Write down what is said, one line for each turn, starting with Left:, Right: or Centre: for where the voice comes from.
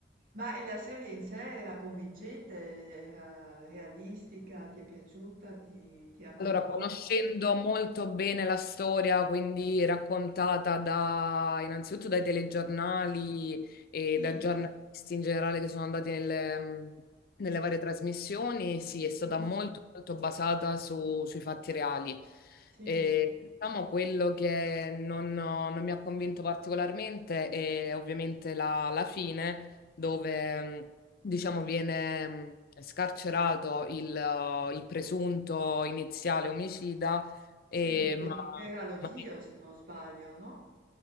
Right: Ma e la serie in sé era convincente, era realistica, ti è piaciuta, ti, ti ha coinvolto?
Left: Allora, conoscendo molto bene la storia, quindi raccontata da, innanzitutto dai telegiornali e
Right: Sì.
Left: da giornalisti in generale che sono andati nelle, nelle varie trasmissioni, sì, è stata
Right: Sì,
Left: molto, molto basata su- sui fatti reali.
Right: sì,
Left: E, diciamo quello che non, non mi ha convinto particolarmente è ovviamente la la fine dove mh, diciamo viene mh, scarcerato il, eh, il presunto iniziale omicida, e,
Right: sì, lo-
Left: ma,
Right: era lo
Left: ma
Right: zio se non sbaglio, no?